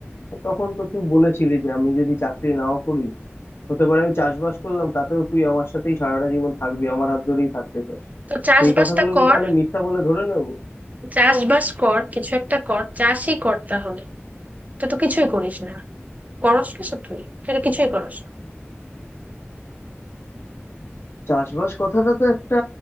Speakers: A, on the left; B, on the right.
A: তখন তো তুই বলেছিলি যে আমি যদি চাকরি নাও করি হতে পারে আমি চাষবাস করলাম তাতেও তুই আমার সাথেই সারাটা জীবন থাকবি আমার হাত ধরেই থাকতে চাস
B: তো চাষবাসটা
A: সেই কথাগুলো
B: কর
A: কি তাহলে মিথ্যা বলে ধরে নেব
B: চাষবাস কর কিছু একটা কর চাষই কর তাহলে তুই তো কিছুই করিস না করস কিছু তুই তুই তো কিছুই করস না
A: চাষবাস কথাটা তো একটা